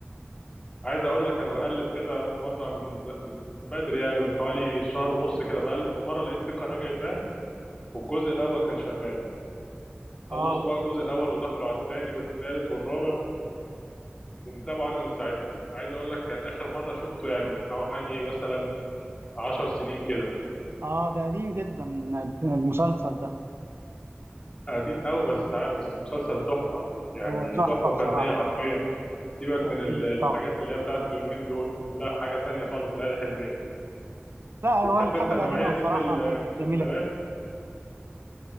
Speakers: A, on the left; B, on the right.
A: عايز اقول لك انا بقلب كده في مره من ز- من بدري يعني من حوالي شهر ونص كده بقلب في مره لقيت في قناه جايباه والجزء الاول كان شغال خلصوا
B: اه
A: بقى الجزء الاول ودخلوا على الثاني والثالث والرابع ومتابعه انا من ساعتها عايز اقول لك كان اخر مره شفته يعني من حوالي مثلا 10 سنين كده
B: اه ده قديم جدا المسلسل ده
A: قديم قوي بس بس مسلسل تحفه يعني
B: هو تحفه
A: تحفه
B: بصراحه
A: فنيه حرفيا سيبك
B: اكيد
A: من ال- الحاجات
B: طبعا
A: اللي هي بتاعت اليومين دول لا حاجه تانية خالص ليالي الحلميه
B: لا هو
A: بتحب
B: الحاجة
A: انت النوعيه
B: القديمة
A: دي
B: بصراحة
A: من المسلسلات
B: كانت جميلة جدا